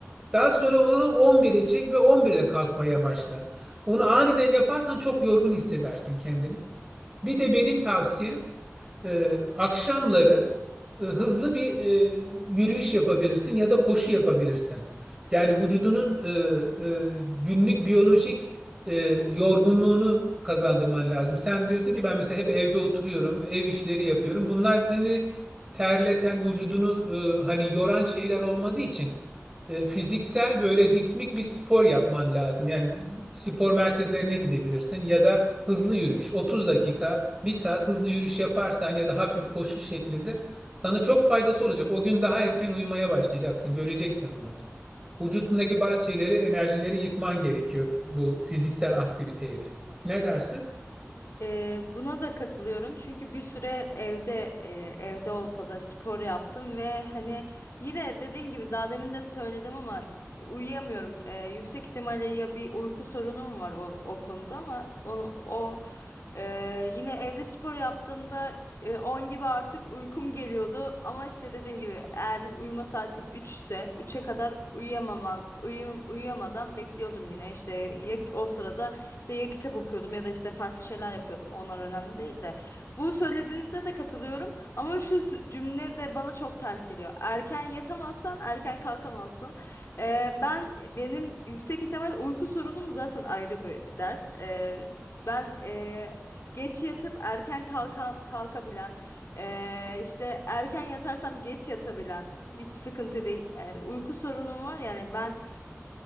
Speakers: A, on the right (about 15°); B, on the left (about 60°).
A: Daha sonra onu 11'e çek ve 11'de kalkmaya başla. Onu aniden yaparsan çok yorgun hissedersin kendini. Bir de benim tavsiyem e, akşamları e, hızlı bir e, yürüyüş yapabilirsin ya da koşu yapabilirsin. Yani vücudunun e, e, günlük biyolojik e, yorgunluğunu kazandırman lazım. Sen diyorsun ki ben mesela hep evde oturuyorum, ev işleri yapıyorum. Bunlar seni terleten, vücudunu e, hani yoran şeyler olmadığı için e, fiziksel böyle ritmik bir spor yapman lazım. Yani spor merkezlerine gidebilirsin ya da hızlı yürüyüş. 30 dakika bir saat hızlı yürüyüş yaparsan ya da hafif koşu şeklinde sana çok faydası olacak. O gün daha erken uyumaya başlayacaksın. Göreceksin bunu. Vücudundaki bazı şeyleri, enerjileri yıkman gerekiyor bu fiziksel aktiviteyle. Ne dersin?
B: Ee, buna da katılıyorum çünkü bir süre evde e, evde olsa da spor yaptım ve hani yine dediğim gibi daha demin de söyledim ama uyuyamıyorum. Ee, yüksek ihtimalle ya bir uyku sorunum var o, o konuda ama onu o e, yine evde spor yaptığımda e, 10 gibi artık uykum geliyordu ama işte dediğim gibi eğer uyuma saatim 3 ise üçe kadar uyuyamamaz uyuyam- uyuyamadan bekliyordum yine işte ya o sırada işte ya kitap okuyordum ya da işte farklı şeyler yapıyordum. Onlar önemli değil de. Bu söylediğinizde de katılıyorum ama şu s- cümle de bana çok ters geliyor. Erken yatamazsan erken kalkamazsın. Ee, ben benim yüksek ihtimal uyku sorunum zaten ayrı bir dert. Ee, ben e, geç yatıp erken kalka, kalkabilen ee, işte erken yatarsam geç yatabilen hiç sıkıntı değil. Ee, uyku sorunum var yani ben